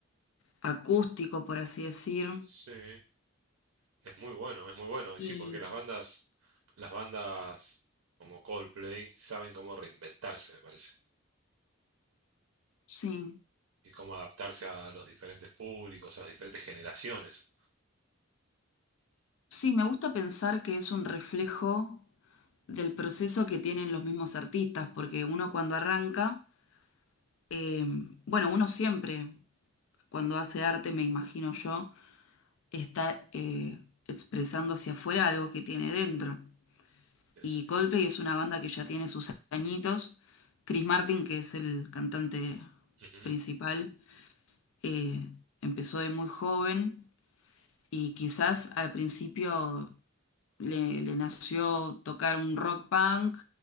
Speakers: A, on the left; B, on the right.
A: acústico, por así decir.
B: sí. Es muy bueno, es muy bueno. Y
A: Y
B: sí, porque las bandas, las bandas como Coldplay saben cómo reinventarse, me parece.
A: sí,
B: Y cómo adaptarse a los diferentes públicos, a las diferentes generaciones,
A: sí, me gusta pensar que es un reflejo del proceso que tienen los mismos artistas, porque uno cuando arranca, eh, bueno, uno siempre cuando hace arte, me imagino yo está eh, expresando hacia afuera algo que tiene dentro.
B: en el
A: Y
B: sentido.
A: Coldplay es una banda que ya tiene sus añitos. Chris Martin, que es el cantante
B: Ujú,
A: principal, eh, empezó de muy joven y quizás al principio le, le nació tocar un rock punk,